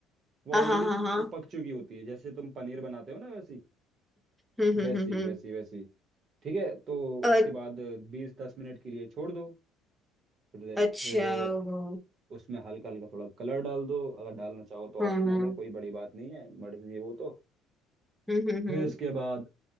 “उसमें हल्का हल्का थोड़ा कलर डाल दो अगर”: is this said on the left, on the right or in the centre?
Right